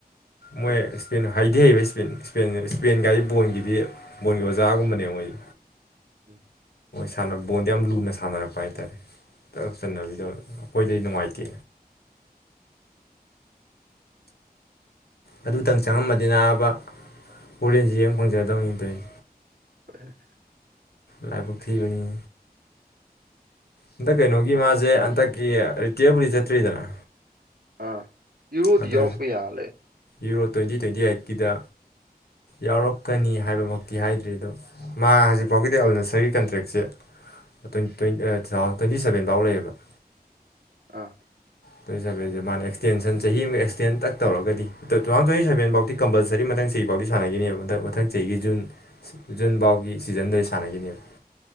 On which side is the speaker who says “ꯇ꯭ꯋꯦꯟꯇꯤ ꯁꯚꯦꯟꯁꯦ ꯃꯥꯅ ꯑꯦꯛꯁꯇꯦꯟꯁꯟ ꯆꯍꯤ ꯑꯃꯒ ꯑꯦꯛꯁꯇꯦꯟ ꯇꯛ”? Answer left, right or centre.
Left